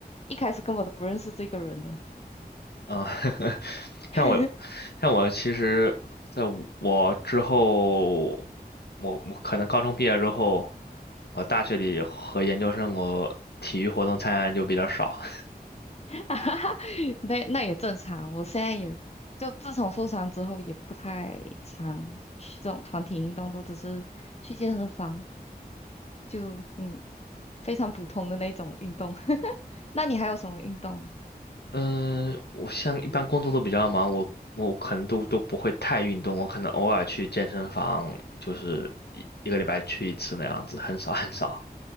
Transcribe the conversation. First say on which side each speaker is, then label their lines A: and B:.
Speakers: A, on the left; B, on the left.
A: 一开始根本都不认识这个人了，
B: 嗯，<laughs> 像我
A: <laughs>
B: 像我其实在我之后，我我可能高中毕业之后。我大学里和研究生，我体育活动参加就比较少。
A: 哈哈那那也正常。我现在也就自从受伤之后，也不太常去这种团体运动，都只是去健身房，就嗯非常普通的那种运动。<laughs> 那你还有什么运动？
B: 嗯，我像一般工作都比较忙，我我可能都都不会太运动，我可能偶尔去健身房，就是一一个礼拜去一次那样子，很少很少，